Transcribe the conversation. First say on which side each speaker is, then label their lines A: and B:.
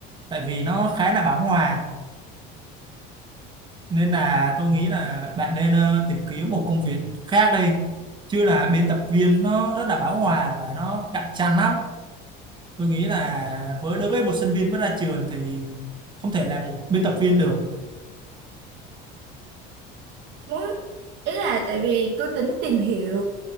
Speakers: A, on the right (about 20°); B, on the right (about 55°).
A: tại vì nó khá là bão hòa nên là tôi nghĩ là bạn nên ờ, tìm kiếm một công việc khác đây, chứ là biên tập viên nó rất là bão hòa và nó cạnh tranh lắm tôi nghĩ là với đối với một sinh viên mới ra trường thì không thể làm một biên tập viên được
B: Muốn ý là tại vì tôi tính tìm hiểu